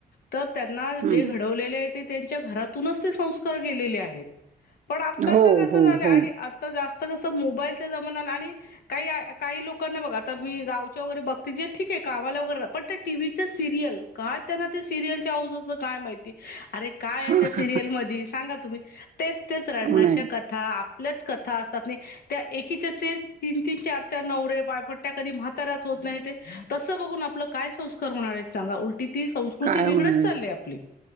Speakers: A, on the left (about 65°); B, on the right (about 50°).
A: तर त्यांना
B: हम्म
A: जे घडवले ते त्यांच्या घरातूनच ते संस्कार गेलेले आहेत. पण आताच
B: हो
A: कस
B: हो
A: झालं
B: हो
A: आणि आता जा कस मोबाईलच्या जमाना्याला आणि काही काही लोकांना बघा आता मी गावच्या वगैरे बघते ज ठीक आहे कामा वगर पण टीव्हीचं सिरियल का त्यांना ते सिरियलच्या औजच काय माहिती. अरे काय
B: हा,
A: आहे त्या
B: हा.
A: सिरियल मध्ये सांगा तुम्ही तेच तेच रडण्याच्या
B: हो नाही
A: कथा आपल्याच कथा असतात त्या एकीच्याचे तीन तीन चार ते नवरे बायपट्ट्या कधी म्हातऱ्यात होत नाही ते तस बघून आपलं काय संस्कार होणार हे सांगा ती संस्कृती
B: काय
A: बिघडत
B: होणार
A: चालली आपली.